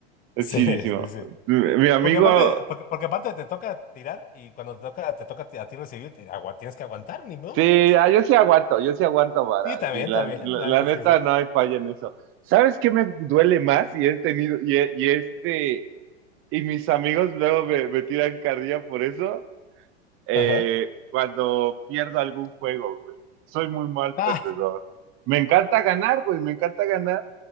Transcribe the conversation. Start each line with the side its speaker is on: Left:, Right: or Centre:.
Right: es
Left: Sí,
Right: chidísimo.
Left: sí, sí.
Right: Mi, mi amigo,
Left: Porque aparte, porque, porque aparte te toca tirar y cuando te toca, te toca a ti recibir, te agua, tienes que aguantar, ni modo.
Right: sí,
Left: <laughs>
Right: ah, yo sí aguanto, yo sí aguanto vara.
Left: Sí, también,
Right: sí, la,
Left: también,
Right: la-
Left: la
Right: la
Left: neta
Right: neta
Left: es que sí.
Right: no hay falla en eso. ¿Sabes qué me duele más? Y he tenido, y, he- y este, y mis amigos luego me, me tiran carrilla por eso, eh,
Left: Ajá.
Right: cuando pierdo algún juego, güey. Soy muy mal
Left: Ah,
Right: perdedor. Me encanta ganar, güey, me encanta ganar.